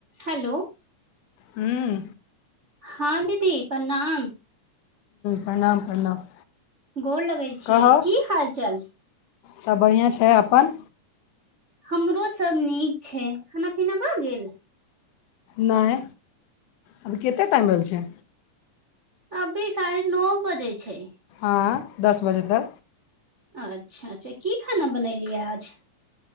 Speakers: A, on the right (about 70°); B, on the left (about 80°).
A: Hello
B: ह्म
A: हँ दीदी प्रणाम
B: प्रणाम प्रणाम
A: गोर लगै छियै
B: कहौ
A: की हाल चाल
B: सब बढ़िआँ छै अपन
A: हमरोसभ नीक छै खाना पीना भए गेल
B: नहि अभी कतेक टाइम भेल छै
A: अभी साढ़े नौ बजे छै
B: हँ दस बजे तक
A: अच्छा अच्छा की खाना बनेलियै आज